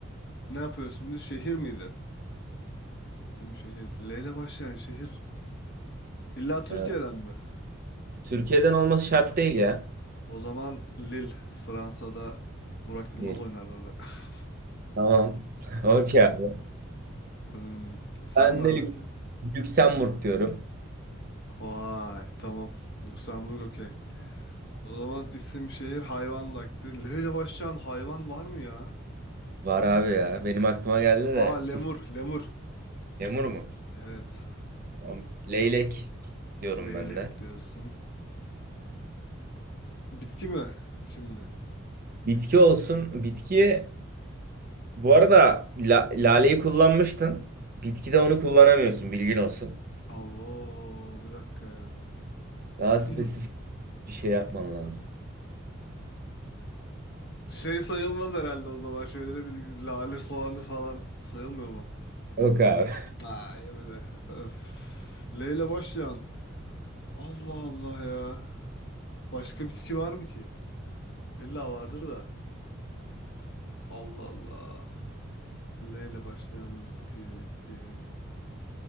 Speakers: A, on the left; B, on the right.
A: ne yapıyoruz şimdi? Şehir miydi? İsim şehir. L ile başlayan şehir. İlla
B: <laughs>
A: Türkiye'den
B: Evet.
A: mi?
B: Türkiye'den olması şart değil ya.
A: O zaman Lille. Fransa'da Burak Yılmaz
B: Değil.
A: oynardı orada. <laughs>
B: Tamam. <laughs> Okey abi.
A: Hmm, sen
B: Ben
A: ver
B: de Lük-
A: bakayım.
B: Lüksemburg diyorum.
A: Vay, tamam. Lüksemburg okey. O zaman isim şehir hayvan vakti. L ile başlayan hayvan var mı ya?
B: Var abi ya. Benim aklıma geldi de
A: Aa
B: suf.
A: lemur, lemur.
B: Lemur mu?
A: Evet.
B: Tamam. Leylek diyorum
A: Leylek
B: ben de.
A: diyorsun. Bitki mi şimdi?
B: Bitki olsun. Bitkiye bu arada la- laleyi kullanmıştın. Bitkide onu kullanamıyorsun. Bilgin olsun.
A: Avo bir dakika ya.
B: Daha spesifik
A: <clears throat>
B: bir şey yapman lazım.
A: Şey sayılmaz herhalde o zaman. Şöyle bir lale soğanı falan sayılmıyor mu?
B: Yok abi.
A: Aa yemedi. Öf. L ile başlayan. Allah Allah ya. Başka bitki var mı ki? İlla vardır da. Allah Allah. L ile başlayan bitki bitki.